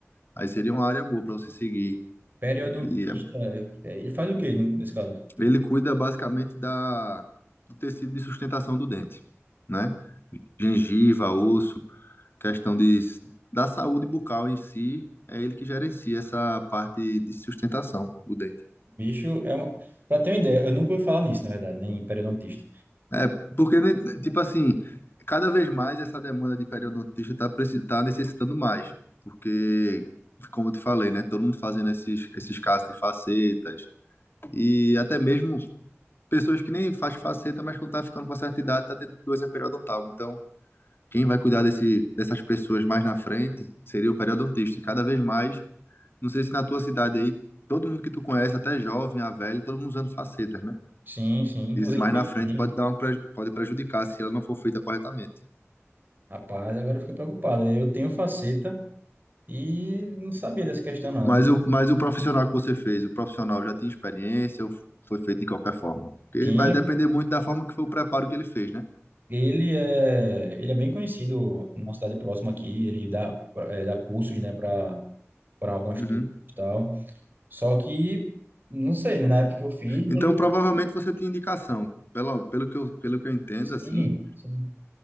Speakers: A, on the left; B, on the right.
A: Aí seria uma área boa para você seguir.
B: periodontista,
A: E é-
B: é, ele faz o quê no- nesse caso?
A: ele cuida basicamente da, do tecido de sustentação do dente, né? Gengiva, osso, questão de, da saúde bucal em si, é ele que gerencia essa parte de sustentação do dente.
B: Bicho, é uma... Para ter uma ideia, eu nunca ouvi falar nisso, na verdade, nem periodontista.
A: É, porque, né, tipo assim, cada vez mais essa demanda de periodontista está tá preci- tá necessitando mais. Porque, como eu te falei, né? Todo mundo fazendo esses, esses casos de facetas. E até mesmo pessoas que nem faz faceta, mas que tá ficando com uma certa idade, tá tendo doença periodontal. Então, quem vai cuidar desse, dessas pessoas mais na frente seria o periodontista. E cada vez mais, não sei se na tua cidade aí, todo mundo que tu conhece, até jovem, a velho, todo mundo usando facetas, né?
B: Sim, sim. Inclusive,
A: Isso mais na frente
B: sim.
A: pode dar um pre- pode prejudicar se ela não for feita corretamente.
B: rapaz, agora eu fiquei preocupado. Eu tenho faceta e não sabia dessa questão, não.
A: Mas
B: O que
A: o, mas o profissional que você fez, o profissional já tinha experiência ou foi feito de qualquer forma? Porque
B: tinha,
A: vai depender muito da forma que foi o preparo que ele fez, né?
B: ele é, ele é bem conhecido numa cidade próxima aqui, ele dá, é, dá cursos, né, para para algumas
A: Uhum.
B: turmas e tal. Só que, não sei, né, na época que eu fiz,
A: Então,
B: ele...
A: provavelmente você tem indicação. Pelo, pelo que eu, pelo que eu entendo,
B: Sim,
A: assim,
B: sim.